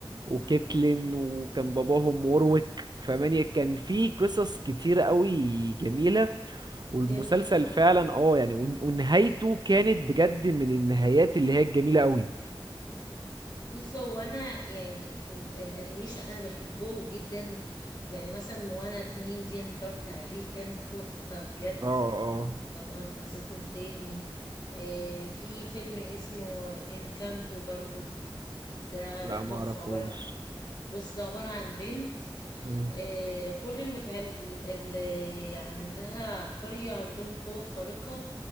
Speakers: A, on the right (about 50°); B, on the left (about 50°).
A: وكيتلين وكان باباهم وورويك فمانيا كان في قصص كتيره قوي جميله والمسلسل
B: جميل اه
A: فعلا اه يعني ون- ونهايته كانت بجد من النهايات اللي هي الجميله قوي
B: بص هو انا يعني ال الانيميشن انا بحبه جدا يعني مثلا موانا اتنين دي انا اتفرجت عليه كان تحفة بجد
A: اه اه
B: لما انقذتهم تاني آه في فيلم اسمه انكانتو برضو ده
A: لا
B: تحفة
A: ما اعرفوش
B: عبارة بص ده عبارة عن بنت
A: مم.
B: آه، كل اللي في عل... اللي عندها قرية عندهم قوة خارقة